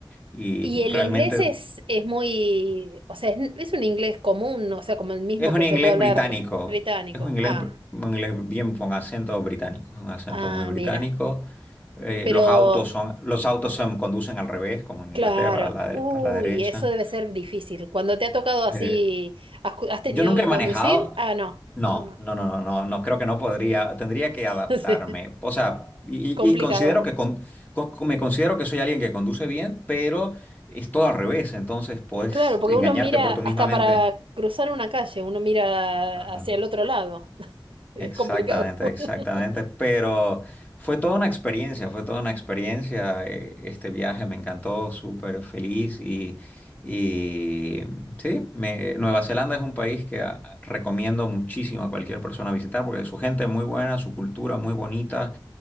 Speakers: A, on the left; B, on the right.
A: y
B: Y el
A: realmente...
B: inglés es, es muy, o sea, es, es un inglés común, o sea, como el mismo
A: Es un
B: que
A: inglés
B: se puede hablar
A: británico.
B: británico.
A: Es un inglés,
B: Ah,
A: br- un inglés bien con acento británico. Un acento
B: ah,
A: muy británico.
B: mira.
A: Eh,
B: Pero,
A: los autos son, los autos son, conducen al revés, como en
B: claro,
A: Inglaterra, a la, de-
B: uy,
A: a la derecha.
B: eso debe ser difícil. Cuando te ha tocado así,
A: Eh,
B: ¿has, cu- has tenido
A: yo nunca
B: que
A: he manejado.
B: conducir? Ah, no,
A: No,
B: no, no.
A: no, no, no, no, no, creo que no podría. Tendría que adaptarme.
B: <laughs> Sí.
A: O sea, y,
B: Complicado.
A: y- y considero que con- con- me considero que soy alguien que conduce bien, pero es todo al revés. Entonces, puedes
B: Claro, porque
A: engañarte
B: uno mira
A: por
B: hasta
A: tu misma mente.
B: para cruzar una calle, uno mira
A: Ajá.
B: hacia el otro lado. <laughs> Es
A: Exactamente,
B: complicado. <laughs>
A: exactamente. Pero fue toda una experiencia, fue toda una experiencia. eh, Este viaje me encantó, súper feliz y, y sí, me- Nueva Zelanda es un país que ah, recomiendo muchísimo a cualquier persona visitar porque su gente es muy buena, su cultura muy bonita